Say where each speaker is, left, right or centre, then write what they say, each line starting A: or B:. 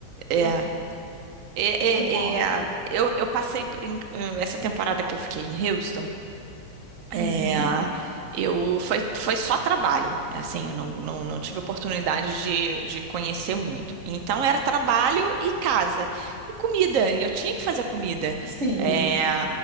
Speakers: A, on the right; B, on the right.
A: é,
B: É,
A: é, é,
B: não rola.
A: é, eu, eu passei em- essa temporada que eu fiquei em Houston. É,
B: Uhum.
A: eu foi, foi só trabalho, assim, eu não, não, não tive oportunidade de, de conhecer muito. Então era trabalho e casa e comida. E eu tinha que fazer comida.
B: Sim,
A: É,